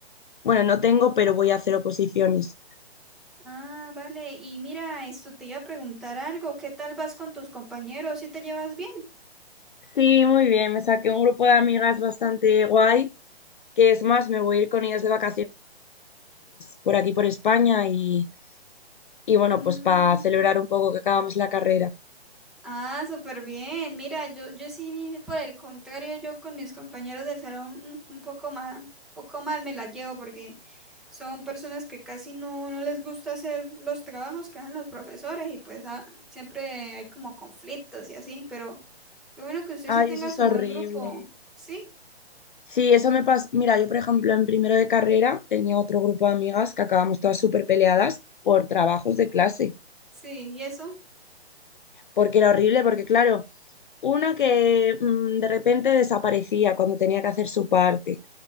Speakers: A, on the left; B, in the centre.
A: Bueno, no tengo, pero voy a hacer oposiciones.
B: Ah, vale. Y mira, esto te iba a preguntar algo. ¿Qué tal vas con tus compañeros? ¿Si te llevas bien?
A: Sí, muy bien. Me saqué un grupo de amigas bastante guay, que es más, me voy a ir con ellas de vacaciones por aquí, por España, y, y bueno,
B: Mm,
A: pues para celebrar un poco que acabamos la carrera.
B: Ah, súper bien. Mira, yo, yo sí, por el contrario, yo con mis compañeros del salón mm, un poco mal, un poco mal me las llevo porque son personas que casi no, no les gusta hacer los trabajos que hacen los profesores y pues ah, siempre hay como conflictos y así, pero qué bueno que usted
A: Ay,
B: sí tenga
A: eso es
B: su
A: horrible.
B: buen grupo. ¿Sí?
A: Sí, eso me pasa. Mira, yo, por ejemplo, en primero de carrera tenía otro grupo de amigas que acabamos todas súper peleadas por trabajos de clase,
B: Sí, ¿y eso?
A: porque era horrible, porque claro, una que mm, de repente desaparecía cuando tenía que hacer su parte.